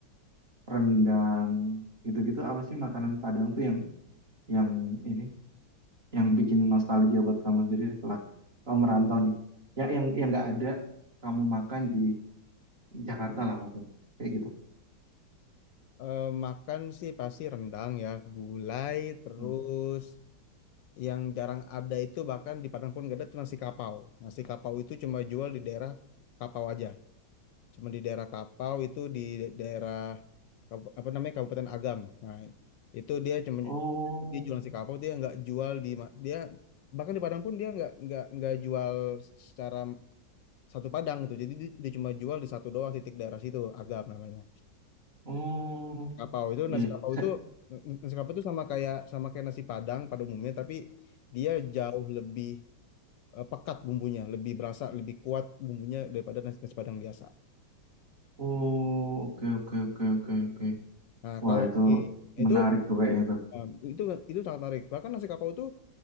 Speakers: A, on the right; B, on the left.
A: rendang gitu-gitu apa sih makanan Padang tuh yang yang ini yang bikin nostalgia buat kamu sendiri setelah kamu merantau nih. Yang yang yang nggak ada kamu makan di Jakarta lah maksudnya. Kayak gitu.
B: Eh, makan sih pasti rendang ya gulai terus
A: Hmm.
B: yang jarang ada itu bahkan di Padang pun gak ada tuh nasi kapau nasi kapau itu cuma jual di daerah Kapau aja cuma di daerah Kapau itu di daerah Kabup- apa namanya Kabupaten Agam. Nah, itu dia cuma
A: Oh,
B: dia jualan si kapau, dia nggak jual di ma- dia bahkan di Padang pun dia nggak nggak nggak jual secara satu Padang gitu. Jadi dia, dia cuma jual di satu doang titik daerah situ, Agam namanya.
A: oh,
B: Kapau itu
A: iya.
B: nasi kapau
A: Sa-
B: itu nasi kapau itu sama kayak sama kayak nasi Padang pada umumnya, tapi dia jauh lebih eh, pekat bumbunya, lebih berasa, lebih kuat bumbunya daripada nasi, nasi Padang biasa.
A: Oh, oke oke oke oke oke.
B: Nah,
A: Wah,
B: kalau
A: itu
B: di- itu
A: menarik tuh kayaknya tuh.
B: em, itu itu sangat menarik. Bahkan nasi kapau itu